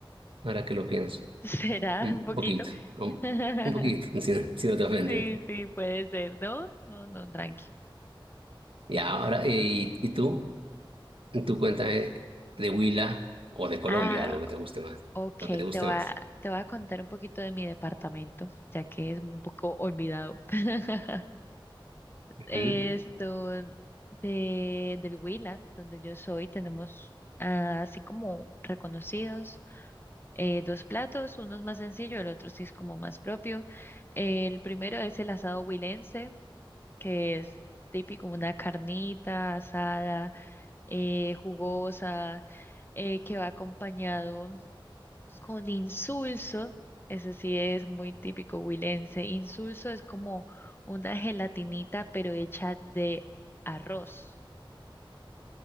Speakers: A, on the right; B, on the left.
A: ahora que lo pienso.
B: <laughs> ¿Será
A: Un
B: un poquito?
A: poquito, un,
B: <laughs>
A: un poquito, <laughs> si, no si no te ofendes.
B: Sí, sí, puede ser. No, no, no, tranqui.
A: Ya, ahora, ¿y, y tú? Tú cuéntame de Huila o de Colombia,
B: Ah,
A: algo que te guste más.
B: ok,
A: Lo que te guste
B: te voy
A: más.
B: a, te voy a contar un poquito de mi departamento, ya que es un poco olvidado. <laughs>
A: Ujú.
B: Esto, de, del Huila, donde yo soy, tenemos ah, así como reconocidos. eh, dos platos, uno es más sencillo, el otro sí es como más propio. El primero es el asado huilense, que es típico, una carnita asada, eh, jugosa, eh, que va acompañado con insulso, ese sí es muy típico huilense. Insulso es como una gelatinita, pero hecha de arroz.